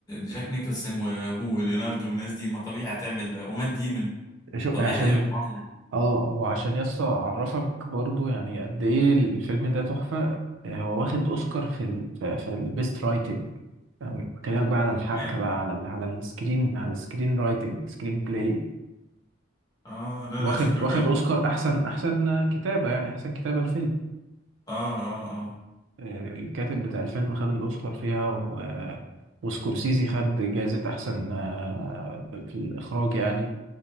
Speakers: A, on the left (about 20°); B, on the right (about 70°).
A: جاك نيكلسون وهو وليناردو والناس دي ما طبيعي هتعمل ومات ديمن
B: شو
A: طبيعي
B: عشان
A: هيعملوا عظمه
B: اه وعشان يا اسطى أعرفك برضو يعني قد إيه الفيلم ده تحفة آه، هو واخد أوسكار في ال... في, في البيست رايتنج بكلمك بقى على الحبكة
A: كمان
B: بقى على ال... على السكرين على السكرين رايتنج سكرين بلاي
A: اه لا
B: واخد
A: لا شكله
B: واخد
A: جامد
B: اوسكار احسن احسن كتابه يعني احسن كتابه الفيلم
A: اه اه اه
B: آه، الكاتب بتاع الفيلم خد الاوسكار فيها و... آه، وسكورسيزي خد جائزه احسن آه، في الاخراج يعني